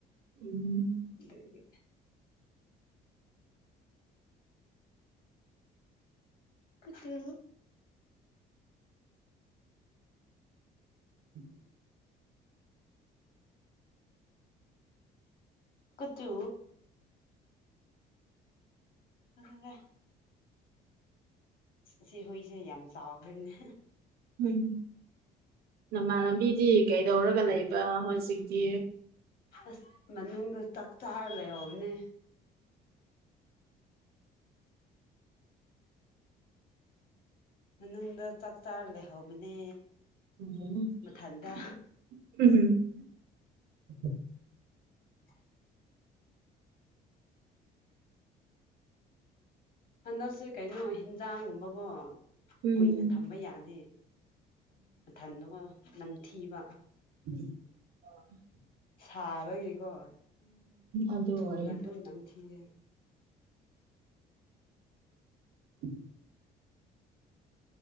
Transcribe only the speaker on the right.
ꯎꯝ
ꯎꯝ
ꯎꯝ ꯅꯃꯥꯟ ꯂꯝꯕꯤꯗꯤ ꯀꯩꯗꯧꯔꯒ ꯂꯩꯕ ꯍꯧꯖꯤꯛꯇꯤ
ꯎꯝꯝ
ꯎꯝ
ꯎ
ꯑꯗꯨ
ꯑꯣꯏꯌꯦ
ꯎꯝ